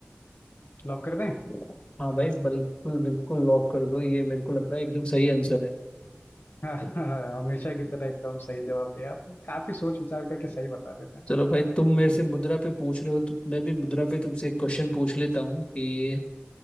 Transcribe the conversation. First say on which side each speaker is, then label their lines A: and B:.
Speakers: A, on the left; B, on the left.
A: लॉक कर दें <laughs>
B: हाँ भाई बिल्कुल बिल्कुल लॉक कर दो ये मेरे को लग रहा है एकदम सही आंसर है
A: हाँ हाँ, हमेशा की तरह एकदम सही जवाब दिया आपने काफी सोच विचार करके सही बता देते हैं
B: चलो भाई तुम मेरे से मुद्रा पे पूछ रहे हो तो मैं भी मुद्रा पे तुमसे एक क्वेश्चन पूछ लेता हूँ कि